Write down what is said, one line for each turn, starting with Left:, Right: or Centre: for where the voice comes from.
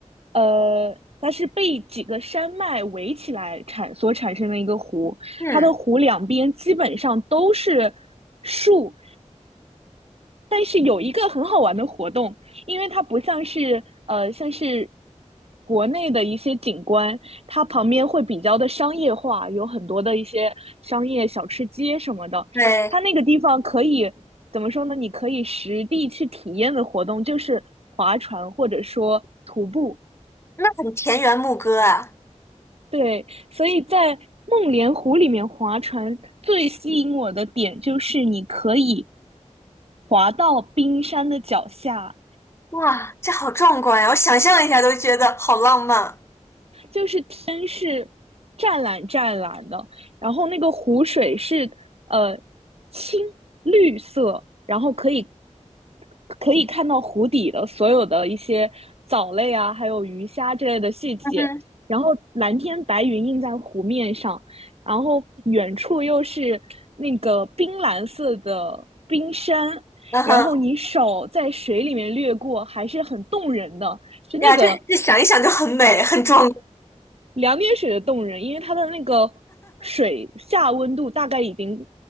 Right: 呃，它是被几个山脉围起来产所产生的一个湖，
Left: 嗯，
Right: 它的湖两边基本上都是树，但是有一个很好玩的活动，因为它不像是呃像是国内的一些景观，它旁边会比较的商业化，有很多的一些商业小吃街什么的。
Left: 对，
Right: 它那个地方可以怎么说呢？你可以实地去体验的活动就是划船或者说徒步。
Left: 那很田园牧歌啊。
Right: 对，所以在梦莲湖里面划船最吸引我的点就是你可以滑到冰山的脚下，
Left: 哇，这好壮观呀！我想象一下都觉得好浪漫。
Right: 就是天是湛蓝湛蓝的，然后那个湖水是呃青绿色，然后可以可以看到湖底的所有的一些藻类啊，还有鱼虾之类的细节。
Left: 嗯哼，
Right: 然后蓝天白云映在湖面上，然后远处又是那个冰蓝色的冰山，
Left: 嗯哼，
Right: 然后你手在水里面掠过，还是很动人的。就那个
Left: 呀，这这想一想就很美，很壮观
Right: 两点水的冻人，因为它的那个水下温度大概已经